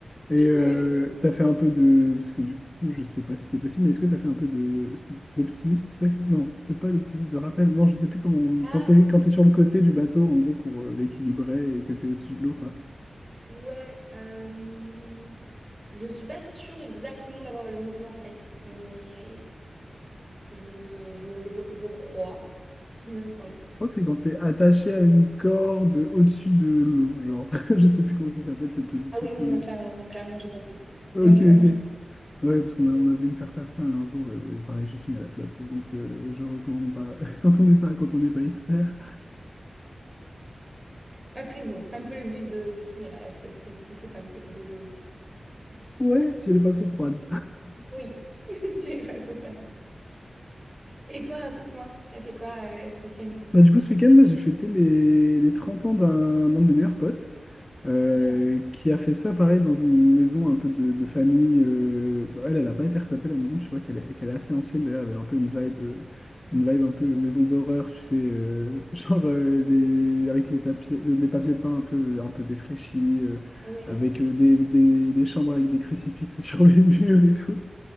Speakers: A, on the left (about 30°); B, on the right (about 20°).
A: Et euh,
B: Ouais.
A: t'as fait un peu de. Parce que du coup, je sais pas si c'est possible, mais est-ce que t'as fait un peu de d'optimiste? c'est ça que- Non, peut-être pas d'optimiste, de rappel. Non, je sais plus comment. on-
B: Ah
A: Quand t'es, quand t'es sur le côté du bateau, en gros, pour euh, l'équilibrer et que t'es au-dessus de l'eau, quoi.
B: ouais, euh, je suis pas sûre exactement d'avoir le mouvement en tête, mais je, je, je, je crois. Il me semble.
A: Je crois que c'est quand t'es attaché à une corde au-dessus de l'eau, genre. <laughs> Je sais plus comment ça s'appelle cette position,
B: Ah oui, non,
A: mais.
B: non, clairement, non, clairement, j'ai pas fait ça.
A: Ok,
B: Non, clairement.
A: ok.
B: j'ai-
A: Ouais, parce qu'on a, on a voulu me faire faire ça et un jour, euh, pareil, j'ai fini à la flotte. Donc, euh, je recommande pas <laughs> quand on n'est pas, quand on n'est pas expert.
B: Après, bon, c'est un peu le but de, de finir à la flotte, c'est c'est le côté un peu rigolo aussi.
A: Ouais, si elle est pas trop froide.
B: Oui, <laughs> j'avais pas compris. Et toi, raconte-moi, t'as fait quoi euh, ce week-end?
A: Bah, du coup, ce week-end, moi, j'ai fêté les, les 30 ans d'un d'un de mes meilleurs potes euh,
B: Trop bien.
A: qui a fait ça, pareil, dans une maison un peu de, de famille. euh, bah, elle, elle a pas été retapée, la maison. Tu vois qu'elle est, qu'elle est assez ancienne. D'ailleurs, elle avait un peu une vibe, euh, une vibe un peu maison d'horreur, tu sais, euh, <laughs> genre euh, les, avec les, tapis, les, les papiers peints un peu, un peu défraîchis, euh,
B: Ah Ouais.
A: avec euh, des, des, des chambres avec des crucifixes <laughs> sur les murs et tout.